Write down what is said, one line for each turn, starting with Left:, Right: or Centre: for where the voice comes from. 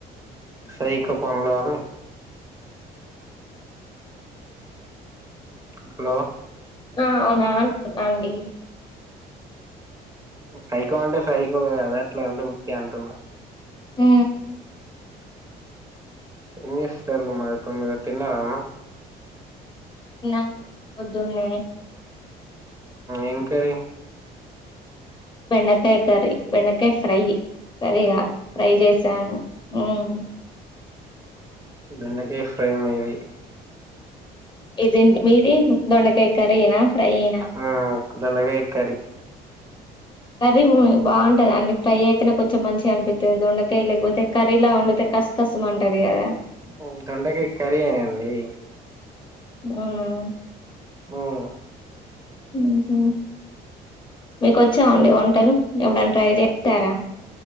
Right: సైకో పనులనలన్ని హలో
Left: ఆ అవునా అంటన్నాండి.
Right: సైకో అంటే సైకో కదా ఎట్లా అంటే ఉత్తిగ అంటున్నా.
Left: హు
Right: ఏంచేస్తార్లే మరి ఇప్పుడు తిన్నారా అన్నం.
Left: ఇన్నాం పొద్దున్నే
Right: ఏ కర్రీ
Left: బెండకాయ కర్రీ బెండకాయ ఫ్రై కర్రీ కాదు ఫ్రై జేసాను ఉహ్మ్
Right: బెండకాయ ఫ్రై మీది.
Left: ఈజీంట్ మీది దొండకాయ కర్రీ యేనా ఫ్రై యేనా.
Right: ఆ దొండగాయ్ కర్రీ.
Left: కర్రీ బు బావుంటదండి. ఫ్రై అయితేనే కొంచెం మంచిగా అనిపిత్ తే దొండకాయ లేకపోతే కర్రీ లా వండితే కస్ కస్ మంటది గదా.
Right: ఉహ్ దొండకా కర్రీయే యండి.
Left: అవునా
Right: ఉమ్
Left: ఉహుహ్ మీకు వచ్చా అండి. వంటలు ఎప్పుడైనా ట్రై చేశారా.